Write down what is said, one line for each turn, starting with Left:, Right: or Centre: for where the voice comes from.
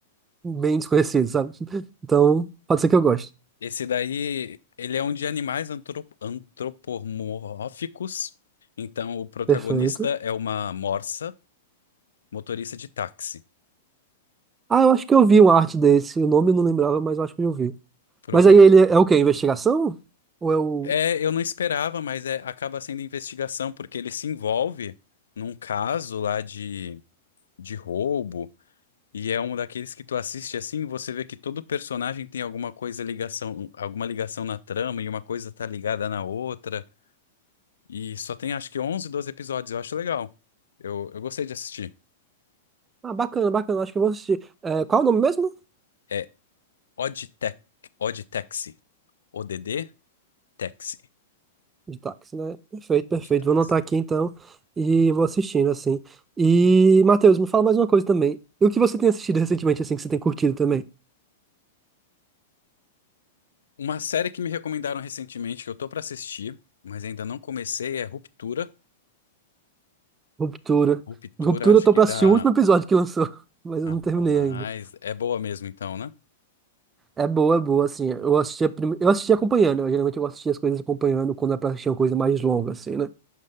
Right: bem desconhecido, sabe? <laughs> Então, pode ser que eu goste.
Left: esse daí, ele é um de animais antro- antropomórficos. Então, o protagonista
Right: Perfeito.
Left: é uma morsa, motorista de táxi.
Right: Ah, eu acho que eu vi uma arte desse. O nome eu não lembrava, mas eu acho que eu vi.
Left: Prova-
Right: Mas aí ele é o quê? Investigação? Ou é o.
Left: é, eu não esperava, mas é, acaba sendo investigação, porque ele se envolve num caso lá de, de roubo. E é um daqueles que tu assiste assim, você vê que todo personagem tem alguma coisa ligação, alguma ligação na trama e uma coisa tá ligada na outra. E só tem acho que 11 12 episódios, eu acho legal. Eu, eu gostei de assistir.
Right: Ah, bacana, bacana. Acho que eu vou assistir. É, qual é o nome mesmo?
Left: É Oddtech, Oddtaxi, ODD Taxi,
Right: De táxi, né? Perfeito, perfeito.
Left: Oddtaxi.
Right: Vou anotar aqui então e vou assistindo, assim. E, Matheus, me fala mais uma coisa também. E o que você tem assistido recentemente, assim, que você tem curtido também?
Left: Uma série que me recomendaram recentemente que eu tô pra assistir, mas ainda não comecei é Ruptura.
Right: Ruptura.
Left: Ruptura
Right: Ruptura,
Left: acho
Right: eu tô
Left: que
Right: pra
Left: dá,
Right: assistir o último episódio que lançou, <laughs> mas eu
Left: rapaz,
Right: não terminei ainda.
Left: é boa mesmo então, né?
Right: É boa, é boa, assim. Eu assistia, prim... eu assistia acompanhando. Eu, geralmente eu assistia as coisas acompanhando quando é pra assistir uma coisa mais longa, assim, né?